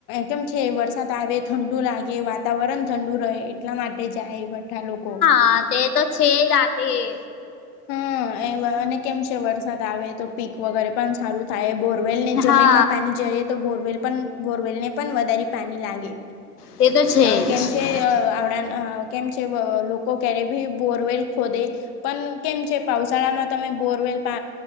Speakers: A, on the left; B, on the left.
A: કેમ છે, વરસાદ આવે, ઠંડુ લાગે, વાત. વાતાવરણ ઠંડુ રહે, એટલા માટે જાય, બધા લોકો.
B: હા, તે તો છે, ત્યાંથી.
A: હમ, એ, અને કેમ છે, વરસાદ આવે તો, પાક વગેરે પણ સારું. થાય, બોરવેલને જમીનમાં
B: હા
A: પાણી જઈએ, તો બોરવેલ પણ બોરવેલને પણ વધારે પાણી લાગે.
B: તે તો છે
A: અને
B: જ
A: કેમ છે, આવડા કેમ છે, લોકો ક્યારે ભી બોરવેલ ખોદે પણ કેમ છે પાવશાળામાં તમે બોરવેલ